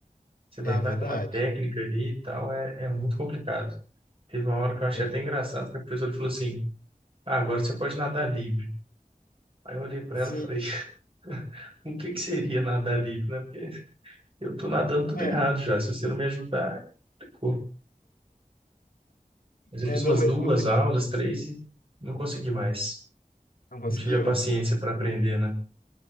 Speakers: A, on the right (about 40°); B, on the left (about 70°).
A: Você nadar
B: é verdade.
A: com uma técnica ali e tal é, é muito complicado. Teve uma hora que eu achei
B: É ver-
A: até engraçado, que a professora falou assim, Ah, agora você pode nadar livre. Aí eu olhei para
B: sim,
A: ela e falei, <laughs> o que que seria nadar livre, né? Porque eu tô nadando tudo
B: é,
A: errado já. Se você não me ajudar, ficou. Mas eu
B: é,
A: fiz
B: não,
A: umas
B: mas
A: duas
B: mas ele
A: aulas, três e não consegui mais.
B: não conseguiu?
A: Não tive a paciência para aprender, né?